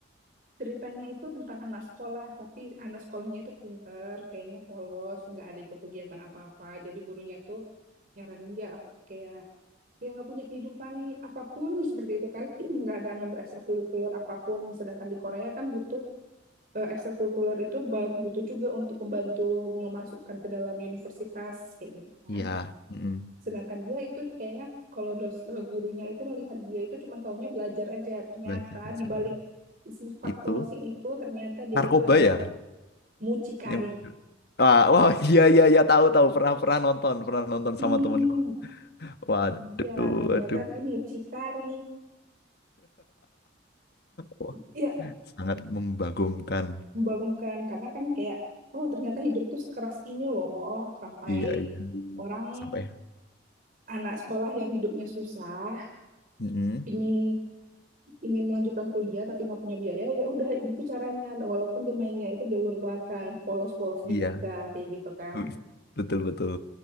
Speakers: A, on the right (about 45°); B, on the left (about 55°).
A: Ceritanya itu tentang anak sekolah, tapi anak sekolahnya itu pinter, kayaknya polos, nggak ada ikut kegiatan apa-apa. Jadi gurunya tuh nyaranin dia apa- kayak dia nggak punya kehidupan apapun seperti itu kan, <clears throat> nggak ada ngambil ekstrakurikuler apapun. Sedangkan di Korea kan butuh eh, ekstrakurikuler itu ba- butuh juga untuk membantu memasukkan ke dalam universitas kayak gitu kan.
B: Iya, mm,
A: Sedangkan dia itu kayaknya kalau dos eh, gurunya itu melihat dia itu cuma taunya belajar aja. Ternyata
B: belajar aja.
A: di balik sifat
B: Itu
A: polosing itu ternyata dia
B: narkoba
A: itu adalah
B: ya?
A: mucikari.
B: Yang <laughs> Wah, wah, iya iya iya tahu tahu pernah pernah nonton, pernah nonton
A: Hmm,
B: sama temanku. Waduh,
A: iya, ternyata
B: waduh.
A: dia mucikari.
B: Wah,
A: Ya,
B: sangat membagongkan.
A: membangunkan karena kan kayak oh ternyata hidup tuh sekeras ini loh sampai
B: Iya iya.
A: orang
B: Sampai.
A: anak sekolah yang hidupnya susah
B: Mm-mm.
A: ingin ingin melanjutkan kuliah tapi nggak punya biaya ya udah gitu caranya walaupun dia mainnya itu jalur belakang polos-polos
B: Iya.
A: di muka kayak gitu kan
B: <laughs> Betul betul.